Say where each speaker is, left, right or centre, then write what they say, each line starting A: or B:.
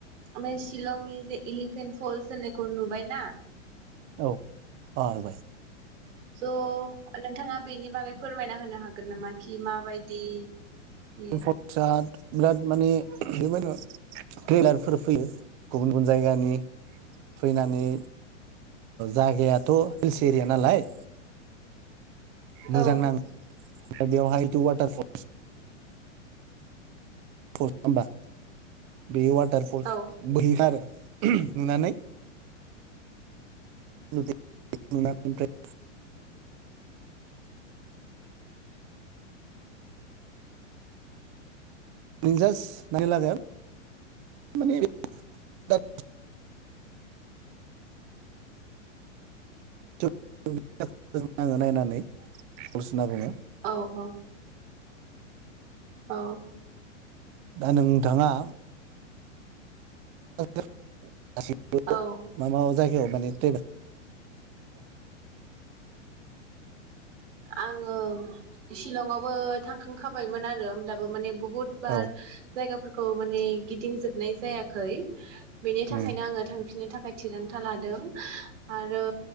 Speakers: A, on the right; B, on the right.
A: बे शलंनि जे एलिफेन्ट फल्स होननायखौ नुबायना।
B: औ आरो <inaudible>
A: स' नोंथाङा बेनि बागै फोरमायना होनो हागोन नामा कि माबायदि। बियो
B: प्रसाद। बिराद माने बेबायदिनो ट्रलारफोर फैयो गुबुन गुबुन जायगानि फैनानै जायगायाथ' हिल्स एरिया नालाय। मोजां
A: औ
B: नां बेवहाय वाटारफल। होमबा। बे वाटारफल
A: औ
B: बोहैखारो। नुनानै ओमफ्राय। जों जास नायनो लागोन माने <unintelligible> <inaudible> आङो नायनानै <inaudible> होनना बुङो
A: औ औ। औ।
B: दा नोंथाङा। गासिबो
A: औ
B: मा मा जायगायाव माने। <inaudible>
A: आङो सिशिलंआवबो। थांखांखाबायमोन आरो होमब्लाबो माने बहुत बार
B: औ
A: जायगा फोरखौ माने गिदिंजोबनाय जायाखै। बेनि थाखायनो
B: उम
A: आङो थांफिननो थाखाय थिरांथा लादों। आरो।